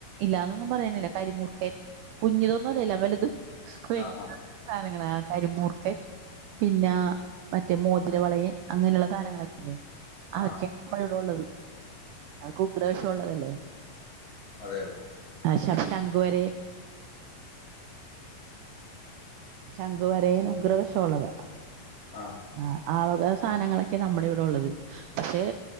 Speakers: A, on the right; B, on the left.
A: ഇല്ലാന്നൊന്നും പറയണില്ല കരിമൂർക്കൻ കുഞ്തൊന്നുല്ലല്ല വലുതും. <unintelligible>
B: ആ ആ
A: സാനങ്ങളാ കരിമൂർക്കൻ പിന്നെ മറ്റേ മോതിരവളയൻ അങ്ങനെയുള്ള സധങ്ങളൊക്കെല്ലേ. അഒക്കെ
B: ആ
A: വടെടോള്ളത് അതക്കെ ഉഗ്രവശം ഉള്ളതല്ലേ.
B: അതെ അതെ.
A: ആഹ് ശ ശങ്കുവരെയൻ. ശംഖുവരയൻ ഉഗ്രവശമുള്ളതാ.
B: ആ ആ
A: ആഹ് ആ വക സാനങ്ങളൊക്കെ നമ്മുടെ ഇവിടെ ഉള്ളത്. പക്ഷെ